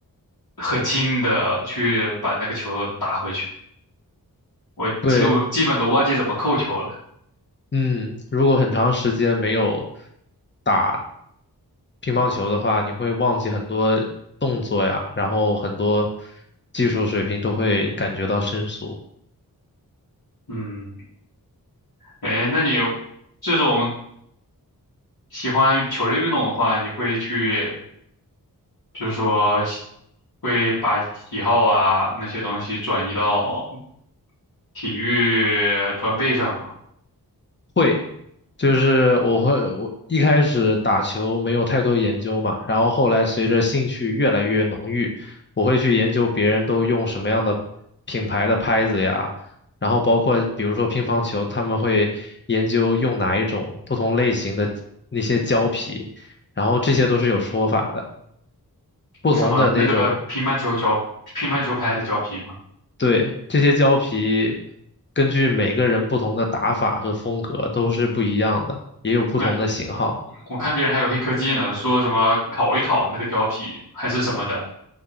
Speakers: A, on the left; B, on the left.
A: 很轻的去把那个球打回去。我基都基本都忘记怎么扣球了。
B: 对，嗯，如果很长时间没有。打。乒乓球的话，你会忘记很多动作呀，然后很多技术水平都会感觉到生疏。
A: 嗯，哎，那你这种喜欢球类运动的话，你会去就是说喜会把喜好啊那些东西转移到体育装备上嘛，
B: 会，就是我会，我一开始打球没有太多研究嘛，然后后来随着兴趣越来越浓郁，我会去研究别人都用什么样的品牌的拍子呀，然后包括比如说乒乓球，他们会研究用哪一种不同类型的那些胶皮，然后这些都是有说法的。不同的那种
A: 什么那个乒乓球胶、乒乓球拍的胶皮嘛，
B: 对，这些胶皮根据每个人不同的打法和风格都是不一样的，也有不同的型号。
A: 哎，我看别人还有黑科技呢，说什么烤一烤那个胶皮还是什么的，